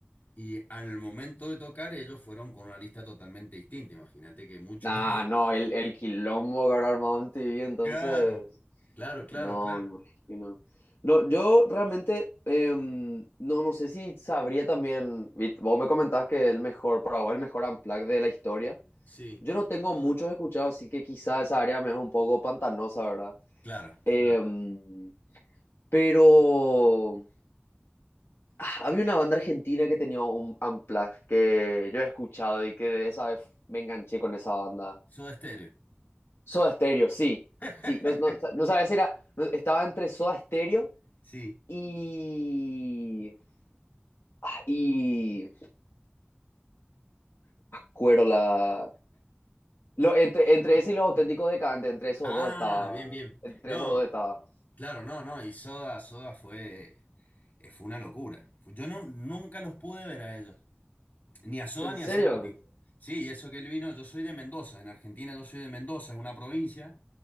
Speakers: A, on the left; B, on the left.
A: y al momento de tocar ellos fueron con una lista totalmente distinta. Imagínate que mucho
B: Ah,
A: no. <laughs>
B: no, el, el quilombo que habrá armado MTV, entonces.
A: Claro, claro, claro,
B: No,
A: claro.
B: me imagino. No, yo realmente em, no, no sé si sabría también. Vit, Vos me comentabas que el mejor, para vos, el mejor unplugged de la historia.
A: Sí,
B: Yo no tengo muchos escuchados, así que quizá esa área me es un poco pantanosa, ¿verdad?
A: claro,
B: Em,
A: claro.
B: pero. Ah, Había una banda argentina que tenía un unplugged que yo he escuchado y que de esa vez me enganché con esa banda.
A: Soda Stereo.
B: Soda Stereo, sí.
A: <laughs>
B: Sí, no, no, no sabes, era, no- estaba entre Soda Stereo
A: Sí.
B: y... ah, y... Cuero la... Lo, entre, entre ese y Los Auténticos decantes entre esos
A: Ah,
B: dos estaba...
A: bien, bien.
B: Entre
A: No.
B: esos dos estaba...
A: Claro, no, no, y Soda, Soda fue, eh, fue una locura. Fu- Yo no, nunca los pude ver a ellos, ni a Soda
B: ¿En
A: ni
B: serio?
A: a Cerati. Sí, y eso que él vino, yo soy de Mendoza, en Argentina yo soy de Mendoza, es una provincia